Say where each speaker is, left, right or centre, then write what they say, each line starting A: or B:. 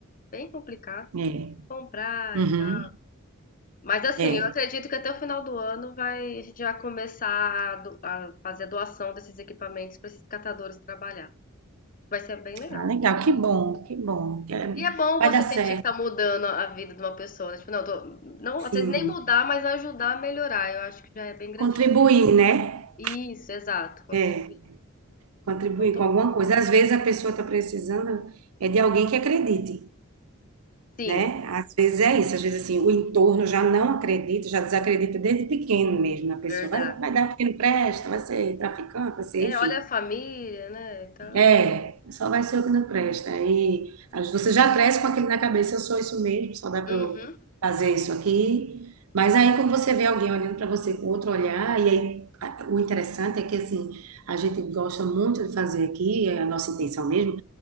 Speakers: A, on the left (about 40°); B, on the right (about 85°).
A: bem complicado,
B: é.
A: comprar
B: Uhum,
A: e tal. Mas assim,
B: é.
A: eu acredito que até o final do ano vai, a gente vai começar a, do- a fazer a doação desses equipamentos para esses catadores trabalhar. Vai ser bem legal.
B: Ah, legal, que bom, que bom. É,
A: E é bom
B: Vai
A: você
B: dar certo,
A: sentir que tá mudando a vida de uma pessoa, né, tipo, não, tô não,
B: sim.
A: às vezes nem mudar, mas ajudar a melhorar, eu acho que já é bem gratificante
B: Contribuir, né?
A: Isso, exato, contribuir.
B: É. contribuir
A: Então tô
B: com alguma coisa. Às vezes a pessoa está precisando é de alguém que acredite,
A: sim,
B: né? Às vezes é isso, às vezes assim, o entorno já não acredita, já desacredita desde pequeno mesmo na pessoa.
A: verdade.
B: Vai, vai dar um pequeno presta, vai ser traficante, vai ser,
A: É,
B: enfim.
A: olha a família, né, e tal.
B: É, só vai ser o que não presta. Aí aí você já cresce com aquilo na cabeça, eu sou isso mesmo, só dá para
A: Uhum.
B: eu fazer isso aqui. Mas aí quando você vê alguém olhando para você com outro olhar, e aí a- o interessante é que assim, a gente gosta muito de fazer aqui, é a nossa intenção mesmo,